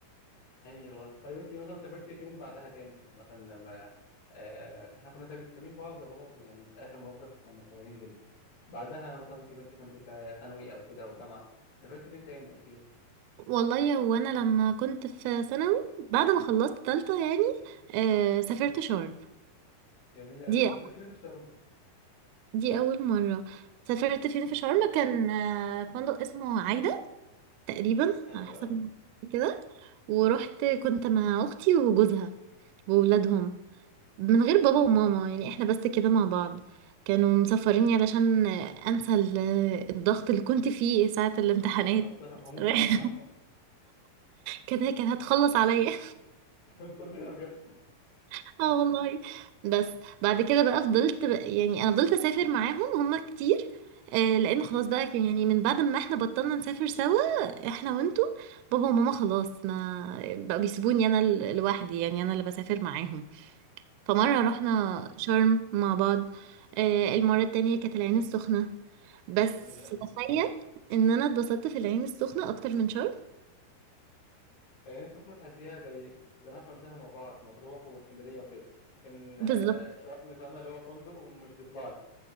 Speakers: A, on the left; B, on the right.
A: أي والله طيب أنت مثلا سافرتي فين بعدها تاني مثلا لما آه إحنا كنا سابي- سابين بعض يعتبر يعني في آخر مصيف كنا صغيرين جدا بعدها مثلا كبرت كنت في ثانوي أو كده أو جامعة سافرت فين تاني احكي لي
B: والله يا وانا لما كنت في ثانوي بعد ما خلصت تالتة يعني آه سافرت شرم
A: جميلة قوي
B: دي
A: سافرت فين في شرم
B: دي اول مره سافرت فين في شرم كان آه، فندق اسمه عايدة تقريبا
A: حلو
B: على حسب
A: قوي
B: ما أعتقد كده ورحت كنت مع اختي وجوزها وولادهم من غير بابا وماما يعني احنا بس كده مع بعض كانوا مسافريني علشان انسى ال- الضغط اللي كنت فيه ساعة الامتحانات
A: أنسى أنسى هموم
B: <laughs>
A: ثانوية عامة
B: كانت كانت هتخلص عليا
A: <laughs> كلنا بجد
B: <laughs> اه والله بس بعد كده بقى فضلت بقى يعني انا فضلت اسافر معاهم هما كتير آه لان خلاص بقى كان- يعني من بعد ما احنا بطلنا نسافر سوا احنا وانتوا بابا وماما خلاص ما بقوا بيسيبوني انا ال- لوحدي يعني انا اللي بسافر معاهم فمرة رحنا شرم مع بعض آه المرة التانية كانت العين السخنة بس
A: جميلة قوي
B: تخيل ان انا اتبسطت في العين السخنة اكتر من شرم
A: آه، نفسي تكون تحسيها زي زمان كنا بنسافر مع بعض مطروح واسكندريه وكده لكن آه،
B: بالظبط
A: شرم فاهمة اللي هو فندق ومش بيطلع